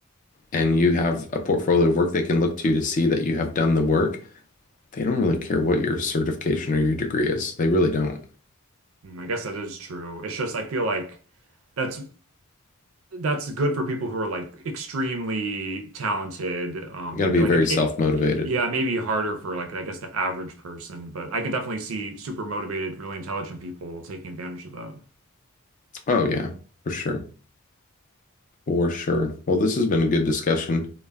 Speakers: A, on the left; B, on the right.
A: and you have a portfolio of work they can look to to see that you have done the work, they don't really care what your certification or your degree is. They really don't.
B: Mm, I guess that is true. It's just I feel like that's that's good for people who are like extremely talented. Um,
A: You got to be
B: like
A: very
B: it,
A: self
B: it,
A: motivated.
B: it- yeah, maybe harder for like I guess the average person, but I can definitely see super motivated, really intelligent people taking advantage of that.
A: Oh, yeah, for sure. For sure. Well, this has been a good discussion.